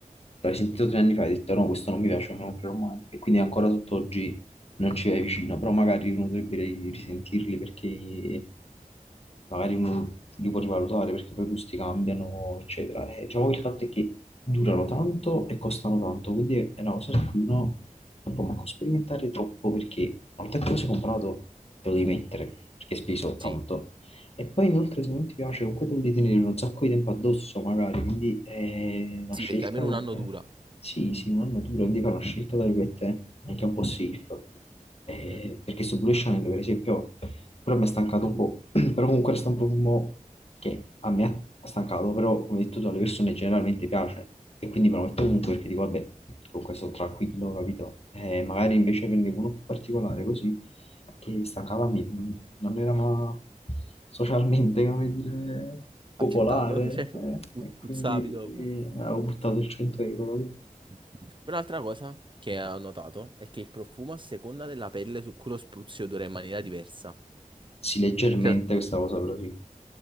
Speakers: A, on the left; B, on the right.
A: l'hai sentito tre anni fa e hai detto no, questo non mi piace, non me lo comprerò mai. E quindi ancora tutt'oggi non ci vai vicino, però magari uno dovrebbe ri- risentirli perché magari uno li può rivalutare perché poi i gusti cambiano, eccetera. E diciamo che il fatto è che durano tanto e costano tanto, quindi è è una cosa su cui uno non può manco sperimentare troppo perché una volta che lo sei comprato te lo devi mettere perché hai speso tanto.
B: sì,
A: E poi inoltre se non ti piace comunque te lo devi tenere un sacco di tempo addosso magari, quindi è una
B: sì,
A: scelta
B: perché almeno
A: comunque,
B: un anno dura.
A: sì, sì, non natura, quindi fare una scelta tra virgolette anche un po' safe. Eh,
B: Mm.
A: perché su Blue Channel per esempio quello mi ha stancato un po', <clears throat> però comunque resta un profumo che a me ha stancato, però come hai detto tu alle persone generalmente piace e quindi me lo metto comunque perché dico vabbè, comunque sono tranquillo, capito? Eh, magari invece prendevo uno più particolare così che stancava me, non non era ma socialmente, come dire, popolare
B: Accettato, <laughs> cioè,
A: eh,
B: pu-
A: e quindi
B: puzzavi dopo.
A: eh, avevo buttato il 100 euro, capito?
B: Poi Un'altra cosa che ho notato è che il profumo a seconda della pelle su cui lo spruzzi odora in maniera diversa.
A: Sì, leggermente
B: Cioè,
A: questa cosa però sì.